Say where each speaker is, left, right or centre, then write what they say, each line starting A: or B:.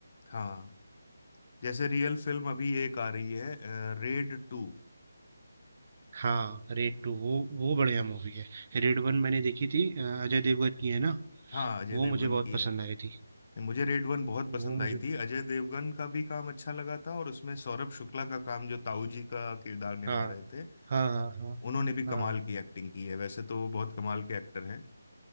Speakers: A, on the left (about 45°); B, on the right (about 40°).
A: हाँ जैसे रियल फिल्म अभी एक आ रही है रेड टू
B: हाँ रेड टू वो वो बढ़िया मूवी है रेड वन मैंने देखी थी अ, अजय देवगन की है ना
A: हाँ अजय
B: वो
A: देवगन
B: मुझे बहुत
A: की
B: पसंद
A: है
B: आई थी
A: मुझे रेड वन बहुत पसंद
B: वो मुझे
A: आई थी अजय देवगन का भी काम अच्छा लगा था और उसमें सौरभ शुक्ला का काम जो ताऊ जी का किरदार निभा
B: हाँ
A: रहे थे
B: हाँ हाँ हाँ
A: उन्होंने भी कमाल
B: हाँ
A: की एक्टिंग की है वैसे तो वो बहुत कमाल के एक्टर हैं